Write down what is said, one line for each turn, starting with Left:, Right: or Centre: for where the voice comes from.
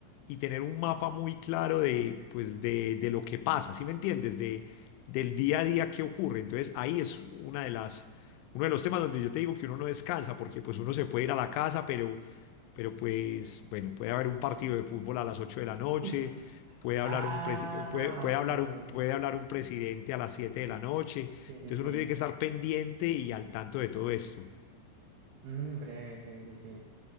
Left: y tener un mapa muy claro de, pues, de, de lo que pasa, ¿sí me entiendes? De, del día a día que ocurre. Entonces, ahí es una de las, uno de los temas donde yo te digo que uno no descansa, porque pues uno se puede ir a la casa, pero, pero pues, bueno, puede haber un partido de fútbol a las 8 de la noche,
Right: <laughs>
Left: puede hablar
Right: Ah,
Left: un, presi- puede, puede
Right: ok.
Left: hablar un, puede hablar un presidente a las 7 de la noche.
Right: Sí,
Left: Entonces
Right: sí, sí.
Left: uno tiene que estar pendiente y al tanto de todo esto.
Right: Mm, breve, sí, sí, sí.